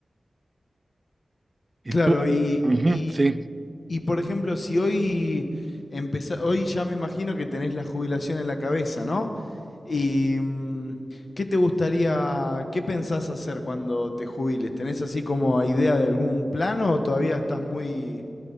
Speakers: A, on the right; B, on the left.
A: ¿Y
B: Claro,
A: tú?
B: y,
A: Ujú,
B: y,
A: sí.
B: Y por ejemplo, si hoy empezá- hoy ya me imagino que tenés la jubilación en la cabeza, ¿no? ¿Y mm, qué te gustaría, qué pensás hacer cuando te jubiles? ¿Tenés así como idea de algún plano o todavía estás muy,